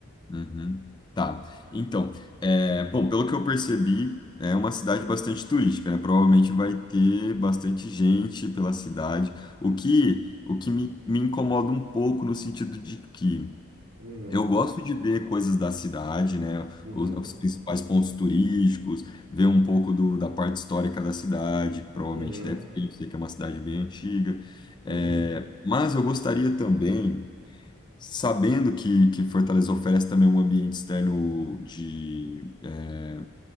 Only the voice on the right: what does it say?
Uhum.
Uhum,
uhum,
uhum,